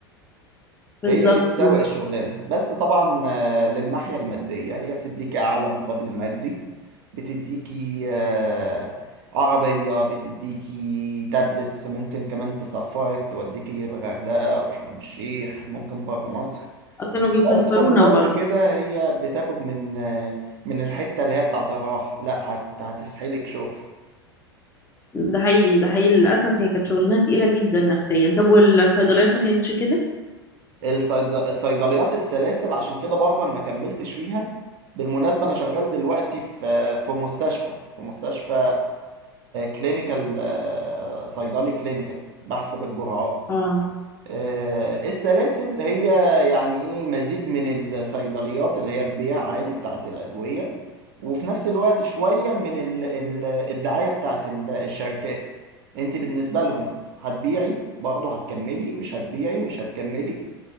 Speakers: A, on the left; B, on the right.
A: بالظبط
B: هي دي مساوئ
A: بالظبط
B: الشغلانة بس طبعا آه، للناحية المادية هي بتديكي اعلى مقابل مادي بتديكي آه، عربية بتديكي تابلتس ممكن كمان تسفرك توديكي الغردقة او شرم الشيخ ممكن برا مصر
A: كانوا بيسفرونا
B: بس في مقابل
A: برضو
B: كده هي بتاخد من من الحتة اللي هي بتاعت الراحة لا هت هتسحلك شغل
A: ده حقيقي ده حقيقي للأسف هي كانت شغلانة تقيلة جدا نفسيا طب والصيدليات ما كانتش كده؟
B: الصيد... الصيدليات السلاسل عشان كده برضه انا ما كملتش فيها بالمناسبة انا شغال دلوقتي في في مستشفى في مستشفى كلينيكال صيدلي كلينيكال بحسب الجرعات
A: اه
B: آه، السلاسل هي يعني ايه مزيج من الصيدليات اللي هي بتبيع عادي بتاعت الأدوية وفي نفس الوقت شوية من ال- ال- الدعاية بتاعت ال- الشركات انت بالنسبة لهم هتبيعي برضه هتكملي مش هتبيعي مش هتكملي